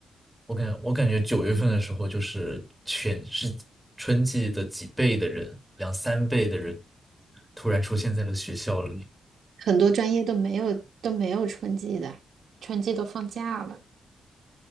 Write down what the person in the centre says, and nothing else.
我感我感觉九月份的时候，就是全是春季的几倍的人，两三倍的人，突然出现在了学校里。